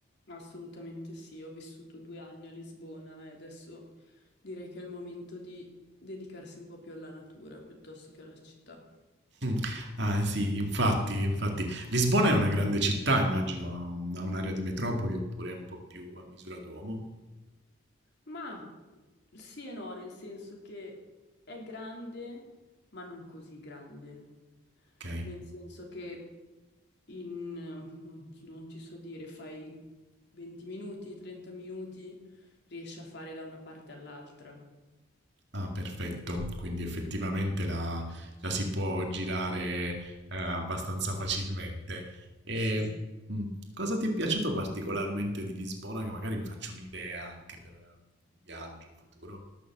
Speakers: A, on the left; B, on the right.
A: Assolutamente sì, ho vissuto due anni a Lisbona e adesso direi che è il momento di dedicarsi un po' più alla natura piuttosto che alla città.
B: Mm. Ah sì, infatti, infatti. Lisbona è una grande città, immagino, ha un- ha un'area di metropoli oppure è un po' più a misura d'uomo.
A: Ma sì e no, nel senso che è grande, ma non così grande.
B: Ok.
A: Nel senso che in, eh, non, non ti so dire, fai 20 minuti, 30 minuti, riesci a fare da una parte all'altra.
B: Ah, perfetto. Quindi effettivamente la, la si può girare eh, abbastanza facilmente. E
A: Sì,
B: mm, cosa ti è piaciuto particolarmente di Lisbona? Che magari mi faccio un'idea anche per eh, un viaggio futuro.